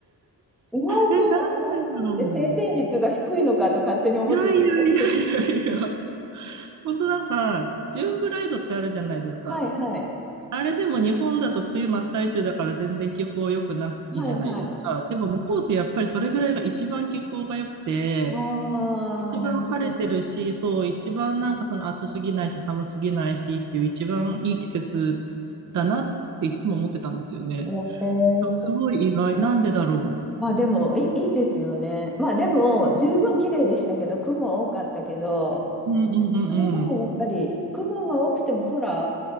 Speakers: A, in the centre; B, on the right (about 45°).
A: 意外とるラスって晴天率が低いのかと勝手に思ってたんですけど。
B: えー、なんでだろう。いやいやいやいやいや。本当なんか、ジューンブライドってあるじゃないですか。
A: はいはい。
B: あれでも日本だと梅雨真っ最中だから全然気候良くないじゃないですか。
A: はいはい。
B: でも向こうってやっぱりそれぐらいが一番気候が良くて、
A: あ
B: 一番晴れてるし、
A: あ、なるほど。
B: そう、一番なんかその暑すぎないし寒すぎないしっていう一番いい季節だなっていつも思ってたんですよね。
A: えー、
B: すごい意外。
A: そう
B: なんでだろ
A: まあでもいい、いいですよね。まあでも、十分綺麗でしたけど、雲多かったけど、
B: う。うんうんうんうん。
A: それでもやっぱり、雲が多くても空、